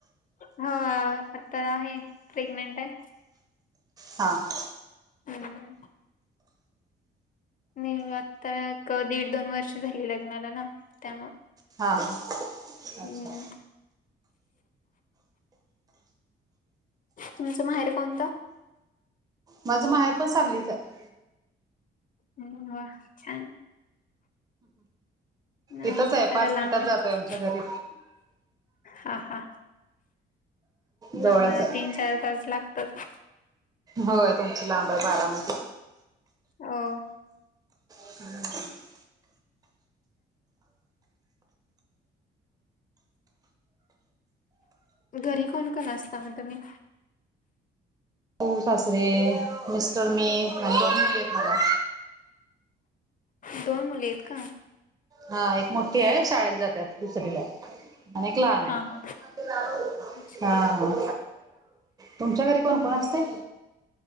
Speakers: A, on the left (about 40°); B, on the right (about 20°).
A: हो आता आहे प्रेग्नेंट आहे.
B: हां हां.
A: हम. नाही आत्ता एक, दीड, दोन वर्ष झाली लग्नाला ना त्यामुळ.
B: हा हा अच्छा
A: हम्म. तुमचं माहेर कोणतं?
B: माझं माहेर पण सांगलीच आहे.
A: हम् वा छान!
B: इथंच
A: आमचं
B: आहे
A: जरा
B: पाच
A: लांब
B: मिनिटात
A: आहे
B: जातोय आमच्या घरी
A: हां हां. ना
B: जवळच
A: मला
B: आहे
A: तीन, चार तास लागतात.
B: होय तुमची लांब आहे बारामती
A: हो.
B: <inaudible>
A: घरी कोण कोण असता मग तुम्ही?
B: सासु, सासरे, मिस्टर, मी आणि दोन मुली आहेत मला.
A: दोन मुली आहेत का?
B: हां एक मोठी आहे शाळेला जाते आता दुसरी ला आहे. एक लहान आहे
A: हा हा अच्छा.
B: हां. तुमच्या घरी कोण कोण असतय?